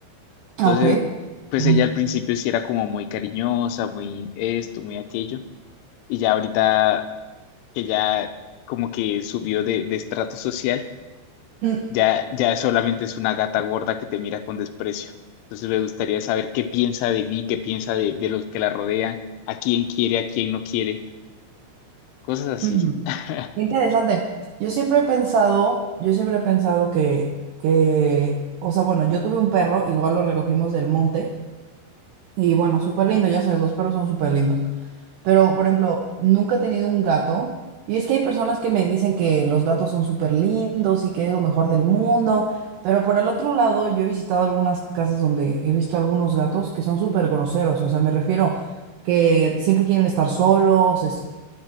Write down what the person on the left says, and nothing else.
<laughs> Entonces,
pues
ella al principio sí era como muy cariñosa, muy esto, muy aquello, y ya ahorita que ya como que subió de, de estrato social,
ya, ya solamente es una gata gorda que te mira con desprecio. Entonces me gustaría saber qué piensa de mí, qué piensa de, de los que la rodean, a quién quiere, a quién no quiere. cosas así.
<laughs>